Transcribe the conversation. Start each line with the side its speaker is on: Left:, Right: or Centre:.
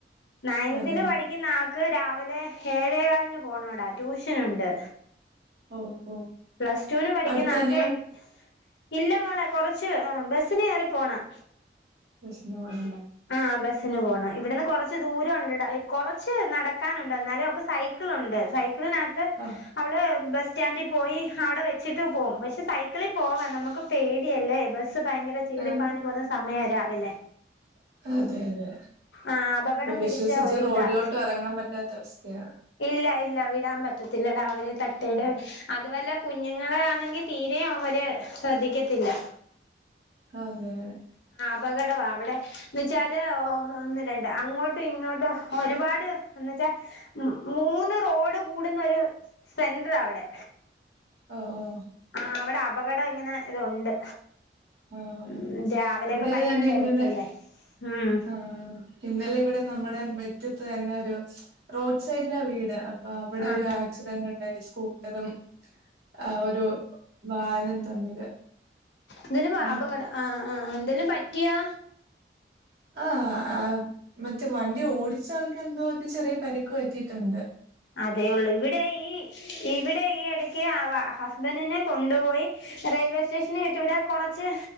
Left: നയൺതില്
Right: അതെയാ
Left: പഠിക്കുന്ന ആക്ക് രാ വിലെ ഏഴേകാലിന് പോണം ഡാ ട്യൂഷനുണ്ട്
Right: ഓ ഓ
Left: പ്ലസ് ടുവിന് പഠിക്കുന്ന
Right: അടുത്ത്
Left: ആൾക്ക്
Right: തന്നെയാ
Left: എ ഇല്ല മോളെ കൊറച്ച് ബസ്സിന് കേറി പോണം
Right: ബസിന് പോണല്ലേ
Left: ആ ബസ്സിന് പോണം ഇവിടന്ന് കൊറച്ച് ദൂരം ഒണ്ടെടാ കൊറച്ച് നടക്കാനൊണ്ട് എന്നാലും അവൾക്ക് സൈക്കളൊണ്ട് സൈ ക്കിൾനാത്ത്
Right: ആഹ്
Left: അവള് ബസ് റ്റാൻഡി പോയി അവിടെ വെച്ചിട്ട് പോകും പക്ഷെ സൈക്കിളി പോവാം നമുക്ക് പേടിയല്ലേ ബസ്സ് ഭയങ്കര ചീറിപ്പാഞ്ഞു
Right: ആഹ്
Left: പോകുന്ന സമയാ രാവിലെ
Right: അതെ അതെ
Left: ആഹ് അപകടം
Right: ഇപ്പൊ
Left: പിടിച്ച
Right: വിശ്വസിച്ച്
Left: ഒരിതാ
Right: റോഡിലോട്ടു ഇറങ്ങാൻ പറ്റാത്ത അവസ്ഥയാണ്
Left: ഇല്ല ഇല്ല വിടാൻ പറ്റ ത്തില്ലഡാ അവര് തട്ടേടെ
Right: ഉം
Left: അതുവല്ലാ കുഞ്ഞുങ്ങളെ ആന്നെങ്കി തീരെ അവര് ശ്രദ്ധിക്കത്തില്ല
Right: അതെ
Left: അപകടവാ വടെ ചാല് ഓ ഒന്ന് രണ്ട് അങ്ങോട്ടും ഇങ്ങോട്ടും ഒര്പാട് എന്ന്ച്ചാ മ് മൂന്ന് റോഡ് കൂടുന്ന ഒരു സെണ്ട്രാവ് തെ
Right: ഒ ഓ
Left: ആ വടെ അപകടം ഇങ്ങനെ ഇതുണ്ട്
Right: ആഹ്
Left: ഉം രാവിലെയൊക്കെ
Right: ഇവിടെല്ലാം
Left: ഭയങ്കര തിരക്കല്ലേ
Right: ഇന്നലെ
Left: ഉം
Right: ആ ഇന്നലെ ഇവിടെ നമ്മടെ മെ റ്റ് തന്നെ ഒരു റോഡ് സൈഡില വീട് പ്പ വെടെ
Left: ആ
Right: ഒരു ആക്സിഡന്റ് ണ്ടായിനി സ്കൂട്ടറും ആ ഒരു വാനും തമ്മില്
Left: ഇതിന് വ
Right: ഉം
Left: അപകട ആ ആ ന്തേലു പ റ്റ്യാ
Right: ആഅം മറ്റേ വണ്ടി ഓടിച്ചാൾക്ക് എന്തോര് ചെറിയ പരുക്ക് വറ്റീട്ടുണ്ട്
Left: അതേ ഉള്ളു ഇവിടെ ഈ ഇവിടെ ഈ ഇടക്ക് അ വ ഹസ്ബൻറിന് കൊണ്ടുപോയി റെയിൽവേ സ്റ്റേഷനിൽ വിട്ടുവിടുവാ കുറച്ച്